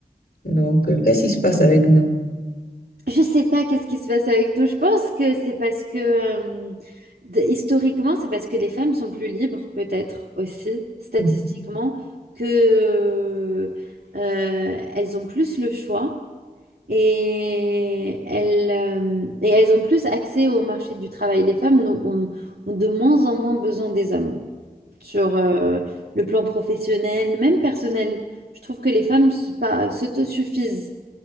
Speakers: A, on the left; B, on the right.
A: Donc, euh, qu'est-ce qui se passe avec nous?
B: Je sais pas qu'est-ce qui se passe avec nous. Je pense que c'est parce que euh, d- historiquement, c'est parce que les femmes sont plus libres, peut-être aussi, statistiquement,
A: Mm.
B: que euh, elles ont plus le choix et elles, euh, et elles ont plus accès au marché du travail. Les femmes n'ont- ont, ont de moins en moins besoin des hommes. sur euh, le plan professionnel, même personnel. Je trouve que les femmes se- pas- s'autosuffisent